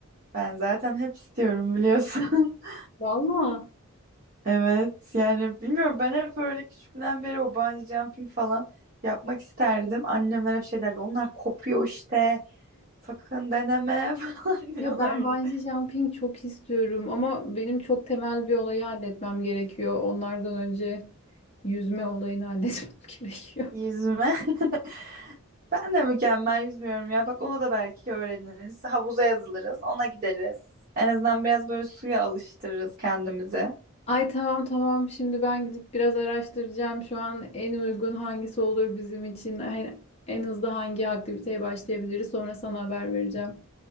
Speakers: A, on the right (about 40°); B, on the left (about 30°).
A: Ben zaten hep istiyorum biliyorsun. <laughs>
B: <laughs> Valla.
A: Evet yani bilmiyorum ben hep öyle küçüklüğümden beri o bungee jumping falan yapmak isterdim. Annemler hep şey derdi onlar kopuyor işte sakın deneme <laughs> falan diyorlardı.
B: Ya ben bungee jumping çok istiyorum ama benim çok temel bir olayı halletmem gerekiyor. Onlardan önce yüzme olayını <laughs> halletmem gerekiyor.
A: Yüzme. <laughs> Ben de mükemmel yüzmüyorum ya bak onu da belki öğreniriz. Havuza yazılırız ona gideriz. En azından biraz böyle suya alıştırırız kendimizi.
B: Ay tamam tamam şimdi ben gidip biraz araştıracağım. Şu an en uygun hangisi olur bizim için? En, en hızlı hangi aktiviteye başlayabiliriz? Sonra sana haber vereceğim.